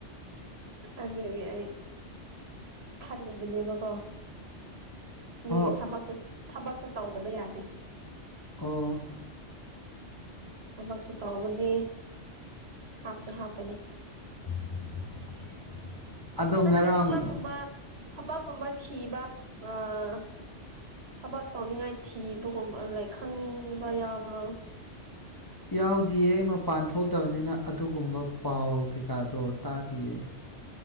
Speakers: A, on the right; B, on the left.
A: ꯑꯗꯨꯒꯤ ꯑꯩ ꯈꯜꯂꯤꯕꯅꯦꯕꯀꯣ ꯑꯗꯨꯒꯤ
B: ꯑꯣ
A: ꯊꯕꯛꯁꯨ ꯊꯕꯛꯁꯨ ꯇꯧꯗꯕ ꯌꯥꯗꯦ
B: ꯑꯣ
A: ꯊꯕꯛꯁꯨ ꯇꯧꯒꯅꯤ ꯍꯥꯞꯁꯨ ꯍꯥꯞꯀꯅꯤ
B: <inaudible>
A: ꯑꯗꯨ
B: ꯉꯔꯥꯡ
A: ꯅꯪ ꯊꯕꯛꯀꯨꯝꯕ ꯊꯕꯛꯀꯨꯝꯕ ꯊꯤꯕ ꯑꯥ ꯊꯕꯛ ꯇꯧꯅꯤꯡꯉꯥꯏ ꯊꯤꯕꯒꯨꯝꯕ ꯂꯩ ꯈꯪꯕ ꯌꯥꯎꯕ꯭ꯔꯣ
B: ꯌꯥꯎꯗꯤꯌꯦ ꯑꯩ ꯃꯄꯥꯟ ꯊꯣꯛꯇꯕꯅꯤꯅ ꯑꯗꯨꯒꯨꯝꯕ ꯄꯥꯎ ꯀꯩꯀꯥꯗꯣ ꯇꯥꯗꯤꯌꯦ